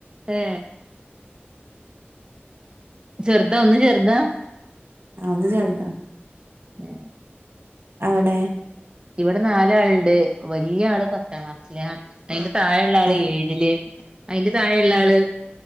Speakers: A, on the right (about 20°); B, on the right (about 65°).
A: ഏ ചെറുതാ ഒന്ന് ചെറുതാ
B: ആ ഒന്ന് ചേറുതാ
A: ഏ
B: അവിടെ
A: ഇവിടെ നാലാളുണ്ട്, വലിയ ആള് പത്താം ക്ലാസ് ലാ അയിന്റെ താഴെ ഉള്ള ആള്
B: ആഹ്
A: ഏഴില്, അയിന്റെ താഴെള്ള ആള്
B: ആഹ്